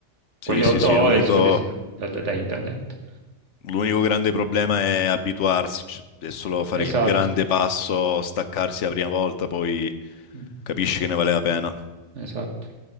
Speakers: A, on the left (about 80°); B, on the right (about 80°).
A: sì,
B: quelle otto
A: sì, sì,
B: ore
A: l'unico
B: disconnessi da, da- da internet.
A: l'unico grande problema è abituarsi, c- è solo fare
B: Esatto,
A: il grande passo, staccarsi la prima volta, poi
B: Mm,
A: capisci che ne vale la pena.
B: esatto.